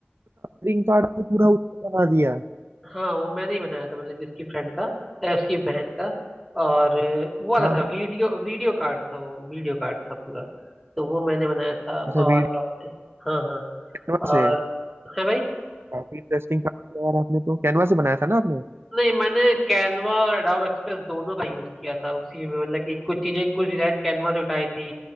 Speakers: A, on the right; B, in the centre.
A: रिंग कार्ड में पूरा उसको बना दिया
B: हाँ वो मैंने ही बनाया था मतलब कि उसकी फ्रेंड का अ, उसकी बहन का और अ, वो वाला
A: हाँ
B: था
A: हाँ
B: वीडियो वीडियो कार्ड था वो वीडियो कार्ड था पूरा तो वो मैंने बनाया था
A: अच्छा
B: और
A: वीडियो
B: क्या होता है हाँ हाँ
A: कैनवा
B: और
A: से
B: है भाई
A: काफी इंटरेस्टिंग काम किया यार आपने तो कैनवा से बनाया था ना आपने
B: नहीं मैंने कैनवा और एडोब एक्सप्रेस दोनों का यूज किया था उसी में मतलब कि कुछ चीजें कुछ डिजाइन कैनवा से उठाई थी